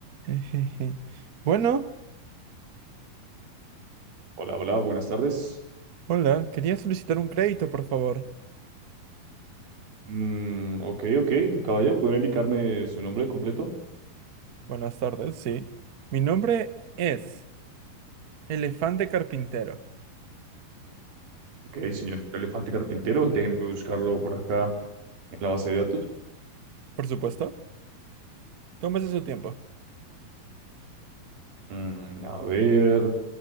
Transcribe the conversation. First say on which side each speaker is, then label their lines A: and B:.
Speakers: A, on the right; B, on the right.
A: Ejeje. Bueno,
B: Hola, hola, buenas tardes.
A: hola, quería solicitar un crédito, por favor.
B: Mm, ok, ok, caballero, ¿pueden indicarme su nombre completo?
A: Buenas tardes, sí. Mi nombre es Elefante Carpintero.
B: Ok, señor Elefante Carpintero, déjenme buscarlo por acá en la base de datos.
A: Por supuesto, tómese su tiempo.
B: Mm, a ver,